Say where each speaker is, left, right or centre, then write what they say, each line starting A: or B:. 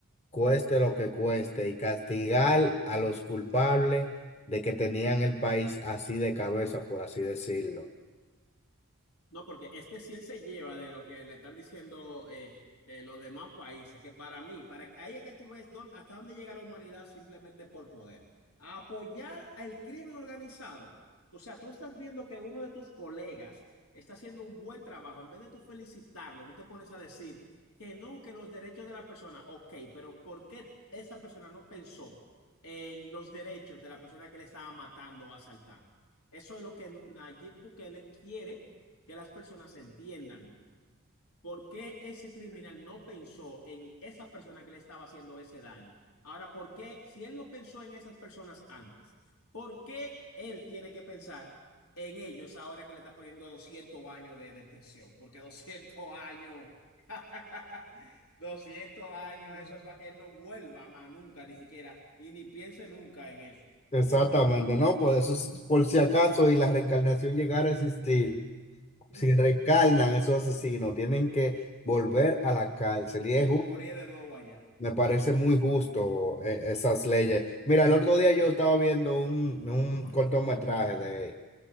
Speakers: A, on the left (about 30°); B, on the left (about 80°).
A: cueste lo que cueste, y castigar a los culpables de que tenían el país así de cabeza, por así decirlo.
B: No, porque es que si él se lleva de lo que le están diciendo eh, eh, los demás países, que para mí, para ahí es que tú ves dónde- hasta dónde llega la humanidad simplemente por poder. A apoyar al crimen organizado. O sea, tú estás viendo que uno de tus colegas está haciendo un buen trabajo. En vez de tú felicitarlo, tú te pones a decir que no, que los derechos de la persona, ok, pero ¿por qué esa persona no pensó en los derechos de la persona que le estaba matando o asaltando? Eso es lo que Nayib Bukele quiere que las personas entiendan por qué ese criminal no pensó en esa persona que le estaba haciendo ese daño. Ahora, ¿por qué si él no pensó en esas personas antes? ¿Por qué él tiene que pensar en ellos ahora que le está poniendo 200 años de, de prisión? Porque 200 años, <laughs> 200 años, no. eso No. es para que él no vuelva más nunca, ni siquiera, y ni piense nunca en eso.
A: Exactamente, ¿no? por eso, es- por si acaso y la reencarnación llegara a existir,
B: Ujú.
A: si reencarnan esos asesinos, tienen que volver a la cárcel. Y es,
B: Y
A: ju-
B: morir de nuevo allá.
A: me parece muy justo eh, esas leyes. Mira, el otro día yo estaba viendo un, un cortometraje de,